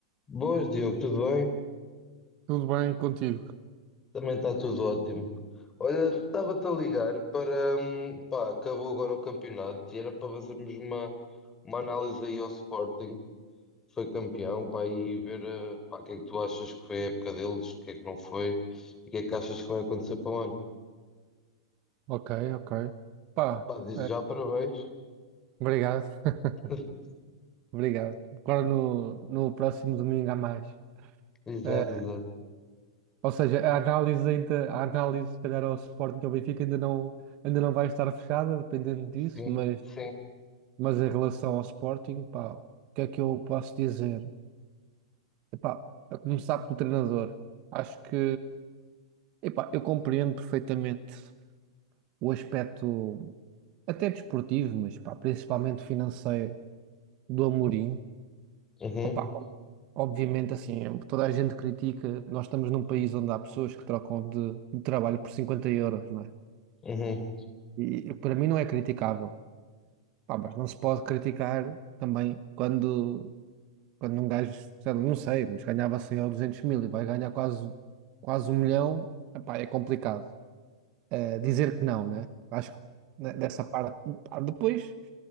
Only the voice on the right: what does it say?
Tudo bem contigo?
Ok, ok. Pá,
eh,
obrigado, <laughs>
obrigado. Agora no, no próximo domingo há mais.
Eh,
ou seja, a análise ainda, a análise, se calhar, ao Sporting e ao Benfica ainda não, ainda não vai estar fechada, dependendo disso,
mas,
mas em relação ao Sporting, pá, o que é que eu posso dizer? Epá, a começar pelo treinador. Acho que, epá, eu compreendo perfeitamente o aspecto, até desportivo, mas pá, principalmente financeiro, do Amorim.
Opa, obviamente, assim, toda a gente critica. Nós estamos num país onde há pessoas que trocam de, de trabalho por 50 euros, não é?
E, e para mim não é criticável. Pá, mas não se pode criticar também quando, quando um gajo, sei lá, não sei, mas ganhava 100 ou 200 mil e vai ganhar quase, quase um milhão. Epá, é complicado. Eh, dizer que não, né? Acho que né, dessa parte. Pá, depois.